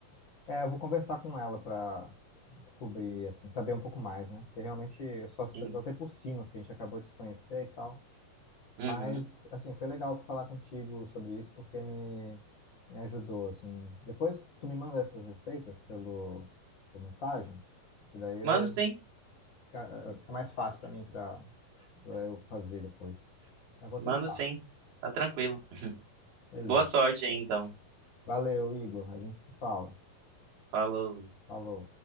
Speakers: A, on the left; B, on the right.
A: É, eu vou conversar com ela para descobrir, assim, saber um pouco mais, né? Porque realmente eu só,
B: Sim.
A: só sei por cima, porque a gente acabou de se conhecer e tal.
B: Uhum.
A: Mas, assim, foi legal falar contigo sobre isso, porque me, me ajudou, assim. Depois tu me manda essas receitas pelo, por mensagem, que daí eu
B: Mano, sim.
A: fica, fica mais fácil para mim, para eu fazer depois. Eu vou
B: Mano,
A: tentar.
B: sim. Tá tranquilo.
A: Beleza.
B: Boa sorte aí então.
A: Valeu, Igor. A gente se fala.
B: Falou.
A: Falou.